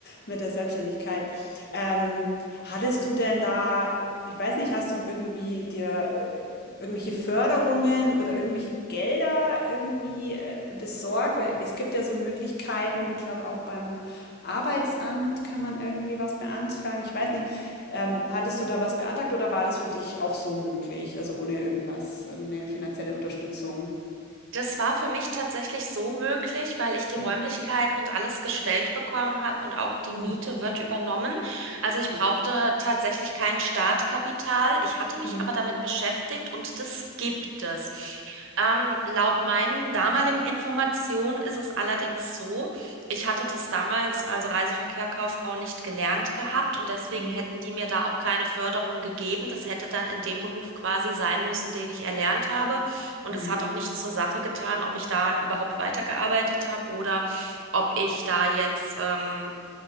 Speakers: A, on the left; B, on the right.
A: mit der Selbstständigkeit. Ähm, Hattest du denn da, ich weiß nicht, hast du irgendwie dir äh, irgendwelche Förderungen oder irgendwelche Gelder irgendwie äh, besorgt? Weil es gibt ja so Möglichkeiten, ich glaube auch beim Arbeitsamt kann man irgendwie was beantragen. Ich weiß nicht, ähm, hattest du da was beantragt oder war das für dich auch so möglich? Also ohne irgendwas, irgendeine finanzielle Unterstützung?
B: Das war für mich tatsächlich so möglich, weil ich die
A: Hm,
B: Räumlichkeiten und alles gestellt bekommen habe und auch die
A: hm.
B: Miete wird übernommen. Also ich
A: Ah,
B: brauchte
A: okay.
B: tatsächlich kein Startkapital. Ich hatte mich
A: Hm,
B: aber damit beschäftigt und das gibt es. Ähm, laut meinen damaligen Informationen ist es allerdings so, ich hatte das damals, also Reiseverkehr Kauffrau, nicht gelernt gehabt und deswegen
A: hm,
B: hätten die mir da auch keine Förderung gegeben. Das hätte dann in dem Beruf quasi sein müssen, den ich erlernt habe. Und
A: mhm,
B: es hat auch nichts zur Sache getan, ob ich da überhaupt weitergearbeitet habe oder ob ich da jetzt ähm,